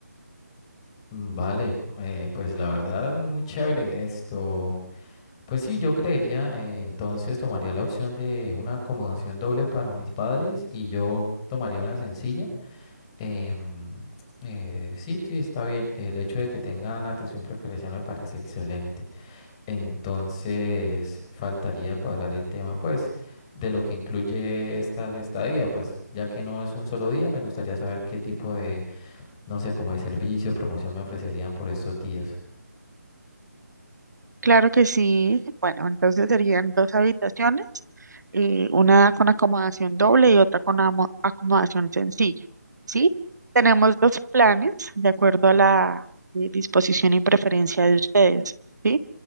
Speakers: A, on the left (about 15°); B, on the right (about 80°).
A: Mm, Vale, eh, pues la verdad, muy chévere esto. Pues sí, yo creería, eh, entonces tomaría la opción de una acomodación doble para mis padres y yo tomaría una sencilla. Em, eh, sí, sí, está bien. El hecho de que tengan atención preferencial me parece excelente. Entonces, faltaría cuadrar el tema, pues, de lo que incluye esta estadía, pues, ya que no es un solo día, me gustaría saber qué tipo de, no sé, como de servicio, promoción me ofrecerían por estos días.
B: Claro que sí. Bueno, entonces serían dos habitaciones, eh, una con acomodación doble y otra con amo- acomodación sencilla, ¿sí? Tenemos dos planes de acuerdo a la eh, disposición y preferencia de ustedes, ¿sí?